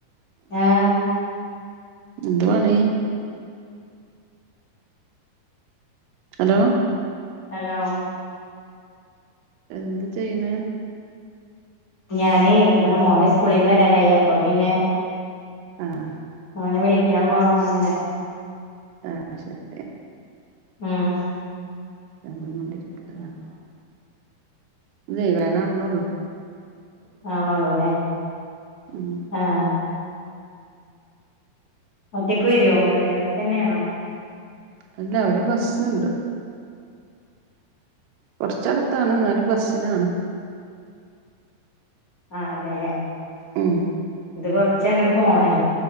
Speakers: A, on the left; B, on the right.
A: ആഹ്
B: എന്തുവാണ ഹലോ
A: ഹലോ
B: എന്ത് ചെയ്യണ
A: ഞാന് ഇതാ മോന സ്കൂളിൽ നിന്ന് വരാനായി അപ്പൊ പിന്നെ
B: ആഹ്
A: അവനെ വിളിക്കാൻ പോണം അങ്ങനെ
B: ആഹ് ശരി
A: ഉമ്
B: മ്മളും കൊണ്ടിരിക്കല്ല ഇദേ വേണ ഒന്നോ ഉള്ളും
A: ആണള്ളൂ ല്ലേ
B: ഉം
A: ആഹ് ഒറ്റക്ക് വെരോ ഇങ്ങട് എട്ത്തന്നെണോ
B: അല്ല ഒര് ബസ്സുണ്ട് കുറച്ചടുത്താണ് എന്നാലും ബസ്സിനാണ്
A: ആഹ് അതെല്ലേ
B: ഉമ്
A: ഇത് കൊറച്ച അങ്ങോട്ട് പോണേ